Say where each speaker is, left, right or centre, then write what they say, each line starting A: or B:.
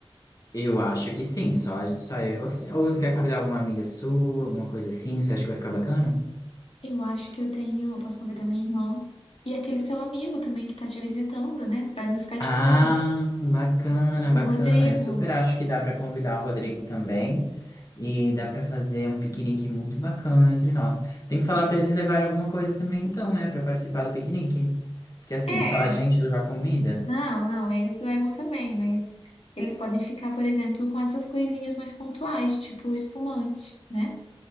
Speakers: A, on the left; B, on the left.
A: Eu acho que sim, só, só eu e você. Ou você quer convidar alguma amiga sua, alguma coisa assim? Você acha que vai ficar bacana?
B: Eu acho que eu tenho. eu Posso convidar minha irmã e aquele seu amigo também que tá te visitando, né? Pra não ficar de
A: Ah,
B: fora.
A: bacana, bacana.
B: O Rodrigo.
A: Eu super acho que dá para convidar o Rodrigo também e dá para fazer um piquenique muito bacana entre nós. Tem que falar para eles levarem alguma coisa também, então, né, para participar do piquenique? Porque assim,
B: É,
A: só a gente levar comida?
B: não, não, eles levam também, mas eles podem ficar, por exemplo, com essas coisinhas mais pontuais, tipo o espumante, né?